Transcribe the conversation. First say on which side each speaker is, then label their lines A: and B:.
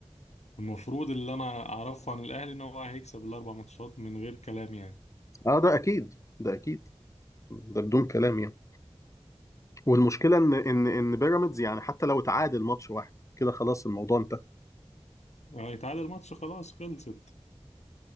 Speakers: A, on the left; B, on the left.
A: المفروض اللي أنا أعرفه عن الأهلي إن هو هيكسب الأربع ماتشات من غير كلام يعني
B: اه ده اكيد ده اكيد ده بدون كلام يعني والمشكله ان ان ان بيراميدز يعني حتى لو تعادل ماتش واحد كده خلاص الموضوع انتهى
A: هيتعادل ماتش خلاص خلصت